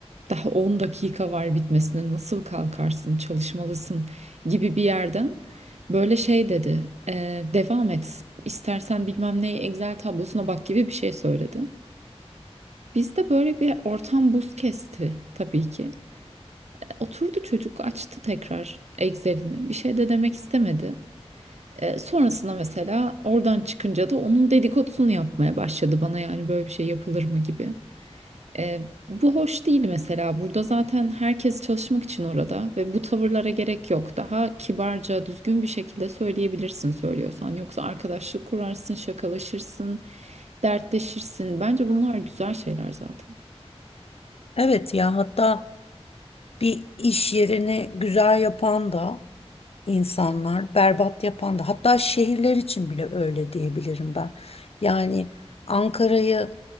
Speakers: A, on the right; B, on the left.
A: daha 10 dakika var bitmesine nasıl kalkarsın, çalışmalısın gibi bir yerden böyle şey dedi. "Ee, devam et. istersen bilmem ne Excel tablosuna bak gibi bir şey söyledi. Bizde böyle bir ortam buz kesti tabii ki. Oturdu çocuk açtı tekrar Excel'ini. Bir şey de demek istemedi. Ee, sonrasında mesela oradan çıkınca da onun dedikodusunu yapmaya başladı bana yani böyle bir şey yapılır mı gibi. E, bu hoş değil mesela. Burada zaten herkes çalışmak için orada ve bu tavırlara gerek yok. Daha kibarca, düzgün bir şekilde söyleyebilirsin söylüyorsan. Yoksa arkadaşlık kurarsın, şakalaşırsın, dertleşirsin. Bence bunlar güzel şeyler zaten.
B: Evet ya hatta bir iş yerini güzel yapan da insanlar berbat yapan da hatta şehirler için bile öyle diyebilirim ben. Yani Ankara'yı